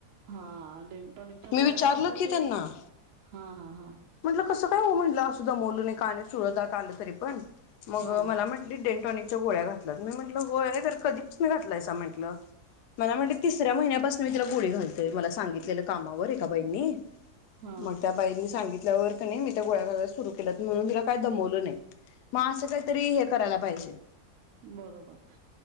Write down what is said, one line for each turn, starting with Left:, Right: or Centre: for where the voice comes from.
Right: हा डडेटॉनिकच्या
Left: मी
Right: गोळ्या
Left: विचारलं
Right: कस
Left: की
Right: ते
Left: त्यांना
Right: हा हा हा
Left: म्हटलं कसं काय हो म्हटलं सुद्धा मोोल नाही काने सुळदात आलं तरी पण मग
Right: हा
Left: मला म्हटली डेंटॉनिकच्या गोळ्या घातल्यात मी म्हटलं होयर कधीच मी घातलायसा म्हटलं मला म्हणते तिसऱ्या महिन्यापून मी तिला गोळी घालतय मला सांगितलेलं कावर एका बईनी
Right: हा
Left: मग त्या बाईंनी सांगित नाही मी त्या गोळ्या घायला सुर के म्हणून तिला काय दमवलं नाही मग असं काहीतरी हे करायला पाहिजे
Right: बरोबर